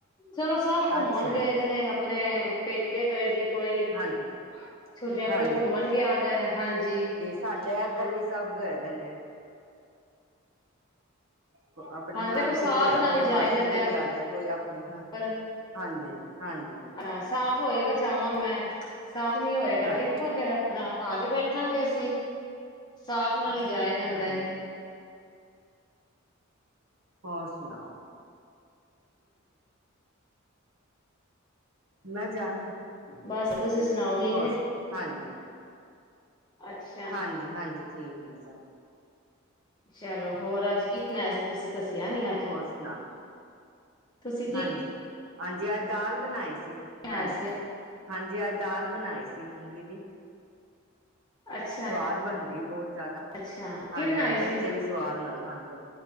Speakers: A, on the left; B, on the right.
A: ਚਲੋ ਸਭ ਘੁੰਮਣ
B: ਅੱਛਾ
A: ਗੇਦੇ
B: ਜੀ
A: ਨੇ ਅ ਅਪਣੇ, ਪੇਕੇ ਗਏ ਦੀ, ਕੋਈ
B: ਹਾਂਜੀ
A: ਛੁੱਟੀਆਂ
B: ਹਾਂਜੀ
A: ਕੋਈ ਘੁੰਮਣ ਗੇਆ ਦੈ, ਹਾਂਜੀ
B: ਸਾਡੇ ਏਧਰ ਵੀ ਸਭ ਗੇ ਦੇ ਨੇ। ਕੋ ਅਪਣੇ
A: ਹਾਂਜੀ
B: ਨਾਨਕੇ
A: ਦੇਖੋ ਸਾਥ
B: ਕੋਈ,
A: ਨਾਲ
B: ਆਪਣੇ
A: ਹੀ ਜਾਇਆ
B: ਮਾਸੀ
A: ਜਾਂਦਾ
B: ਦੇ
A: ਹੈ।
B: ਗੇਆ ਦੈ, ਕੋਈ ਆਪਣੇ ਹਾਂ
A: ਪਰ
B: ਹਾਂਜੀ-ਹਾਂਜੀ।
A: ਹਾਂ ਸਾਥ ਹੋਏਗਾ ਜਾਵਾਂ ਮੈਂ। ਸਾਥ ਨੀ ਹੋਏਗਾ
B: ਹਾਂਜੀ
A: ਤੇ ਦੇਖੋ ਫੇਰ ਅਪਣਾ ਘੱਰ ਈ ਬੈਠਾਗੇ ਅਸੀ। ਸਾਥ ਨਾਲ ਈ ਜਾਆ ਜਾਂਦਾ
B: ਹਾਂਜੀ
A: ਏ
B: ਹੋਰ ਸੁਣਾਓ ਮੈਂ ਜਾਣਾ,
A: ਬਸ ਤੁਸੀਂ ਸੁਣਾਓ ਠੀਕ
B: ਹੋਸ,
A: ਨੇ?
B: ਹਾਂਜੀ
A: ਅੱਛਾ
B: ਹਾਂਜੀ-ਹਾਂਜੀ ਠੀਕ ਨੇ ਸ
A: ਚਲੋ ਹੋਰ ਅੱਜ ਕੀ ਮਨਾਆ ਸੀ ਤੁਸੀਂ ਦੱਸੇਆ ਨੀ ਅੱਜ?
B: ਹੋਰ ਸੁਣਾਓ
A: ਤੁਸੀ ਕੀ
B: ਹਾਂਜੀ ਹਾਂਜੀ ਅੱਜ ਦਾਲ ਬਣਾਈ ਸੀ,
A: ਬਣਾਇਆ
B: ਹਾਂਜੀ,
A: ਸੀ
B: ਹਾਂਜੀ ਅੱਜ ਦਾਲ ਬਣਾਈ ਸੀ ਮੂੰਗੀ ਦੀ।
A: ਅੱਛਾ।
B: ਸਵਾਦ ਬਣਦੀ ਬੋਤ ਜਾਦਾ,
A: ਅੱਛਾ
B: ਹਾਂਜੀ
A: ਕੀ ਬਣਾਈ
B: ਬੱਚੇ
A: ਸੀ
B: ਵੀ ਸਵਾਦ ਨਾਲ ਖਾਂਦੇ,